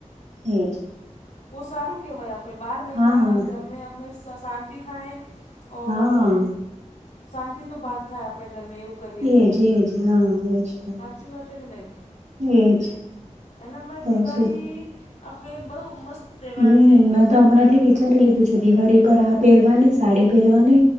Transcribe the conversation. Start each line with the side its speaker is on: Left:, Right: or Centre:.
Right: એ જ.
Left: બહુ સારું કહેવાય. આપણે બાર મહિના
Right: હા
Left: ઘર ને આપણે શાંતિ થાય. ઓર
Right: હા
Left: શાંતિનો વાસ થાય. આપણા ઘરમાં એવું... કરીએ
Right: એજ
Left: તો
Right: એજ હા એજ તો.
Left: સાચી વાત છે કે નહી,
Right: એજ
Left: એના મા
Right: તો
Left: દિવાળી...
Right: શું
Left: આપણ બહુ મસ્ત તહેવાાર
Right: હમ
Left: છે.
Right: મેં તો હમણાંથી વિચારી લીધું છે. દિવાળી પર આ પહેરવાની સાડી પહેરવાની.